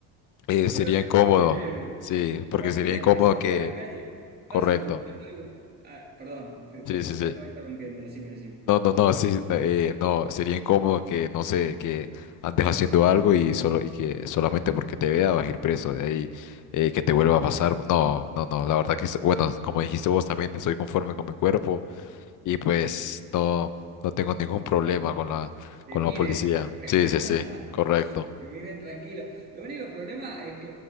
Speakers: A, on the left; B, on the right.
A: eh, sería
B: Pero que
A: incómodo,
B: nunca me lleven.
A: sí,
B: Imagínate
A: porque sería incómodo
B: salir
A: que,
B: a la calle, vas
A: correcto,
B: a comprar algo. Ah, perdón, te, te-
A: sí, sí,
B: te
A: sí.
B: estaba interrumpiendo, decime, decime.
A: No, no, no, sí, no, eh, no, sería incómodo que, no sé, que andes haciendo algo y solo, y que solamente porque te vea vas a ir preso, de ahí eh, que te vuelva a pasar. No, no, no, la verdad que, es- bueno, como dijiste vos también, soy conforme con mi cuerpo y pues no, no tengo ningún problema con la,
B: Que
A: con
B: miren,
A: la policía.
B: <laughs>
A: Sí, sí, sí, correcto.
B: que miren tranquilo. Lo único problema es que,